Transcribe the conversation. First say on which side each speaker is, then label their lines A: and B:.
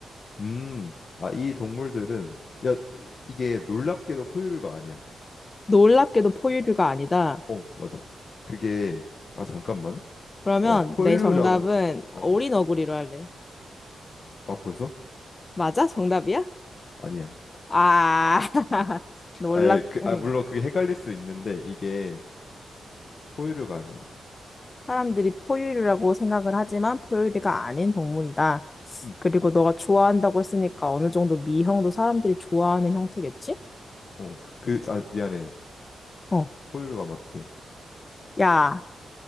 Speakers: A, on the left (about 55°); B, on the left (about 35°).
A: 음, 아, 이 동물들은, 야, 이- 이게 놀랍게도 포유류가 아니야.
B: 놀랍게도 포유류가 아니다.
A: 어, 맞아. 그게, 아, 잠깐만.
B: 그러면
A: 어, 포유류라고,
B: 내 정답은
A: 어,
B: 어린 어구리로 할래.
A: 아, 벌써?
B: 맞아? 정답이야?
A: 아니야.
B: 아, <laughs> 놀랍,
A: 아, 예, 그,
B: 응.
A: 아, 물론 그게 헷갈릴 수 있는데, 이게 포유류가 아니야.
B: 사람들이 포유류라고 생각을 하지만 포유류가
A: 주-
B: 아닌 동물이다.
A: 음,
B: 그리고 너가 좋아한다고 했으니까 어느 정도 미형도 사람들이 좋아하는 형태겠지?
A: 어, 그, 아, 미안해.
B: 어.
A: 포유류가 맞대.
B: 야.